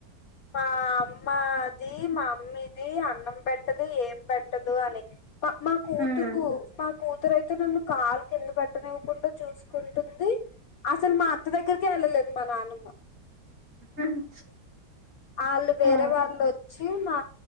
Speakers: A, on the left; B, on the right.
A: మా అమ్మది మా మమ్మీ ది అన్నం పెట్టదు ఏం పెట్టదు అని మా మా కూతురు
B: ఉమ్,
A: మా కూతురుయితేన్న ను కాలు కింద పేట్టనివ్వకుంట చూసుంటుంది అసలు మా అ దగ్గర కెళ్ళలేద్ మా నానమ్మ
B: ఉమ్
A: ఆళ్ళు వేరే
B: ఆ,
A: వాల్లోచ్చి మా